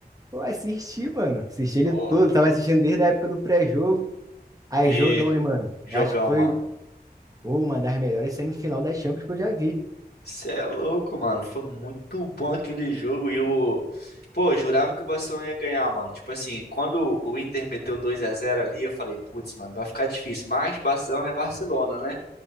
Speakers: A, on the right (about 20°); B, on the left (about 70°).
A: Eu assisti, mano. Assisti ele
B: Ó,
A: todo. Tava assistindo desde a época do pré-jogo. Aí,
B: e
A: jogão, hein, mano.
B: jogão,
A: Eu acho que foi,
B: mano.
A: pô, uma das melhores semifinal das Champions que eu já vi.
B: Você é louco, mano. Foi muito bom aquele jogo e o Pô, eu jurava que o Barcelona ia ganhar, mano. Tipo assim, quando o Inter meteu dois a zero ali, eu falei, putz, mano, vai ficar difícil. Mas Barcelona é Barcelona, né?